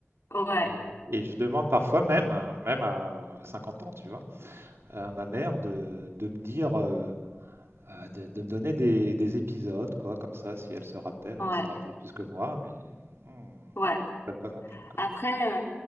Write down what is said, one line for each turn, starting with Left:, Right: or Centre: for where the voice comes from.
Left: Ouais.
Right: et et je demande parfois même, hein, même à 50 ans, tu vois, à ma mère de de me dire, heu heu, de de me donner des des épisodes, quoi, comme ça, si elle se rappelle.
Left: Ouais.
Right: Elle se rappelle plus que moi, mais mmh, je me
Left: Ouais.
Right: rappelle pas non plus, quoi.
Left: Après, euh,